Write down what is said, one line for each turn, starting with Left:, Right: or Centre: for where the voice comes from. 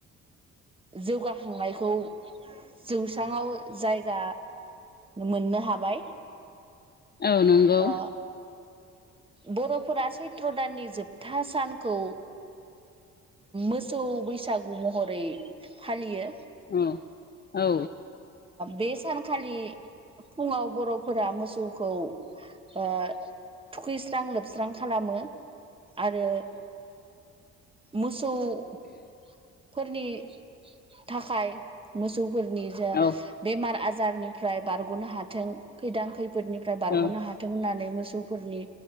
Right: जौगा संनायखौ जौस्रांआव जायगा मोननो हाबाय
Left: औ नंगौ
Right: ओ बर'फोरा सैत्र' दाननि जोबथा सानखौ मोसौ बैसागु महरै फालियो
Left: औ औ
Right: बे सानखालि फुङाव बर'फोरा मोसौखौ ओ थुखैस्रां लोबस्रां खालामो आरो मोसौफोरनि थाखाय मोसौफोरनि जा
Left: औ
Right: बेमार आजारनिफ्राय बारग'नो हाथों खैदां खैफोदनिफ्राय बारग'नो
Left: औ
Right: हाथों फों होननानै मोसौफोरनि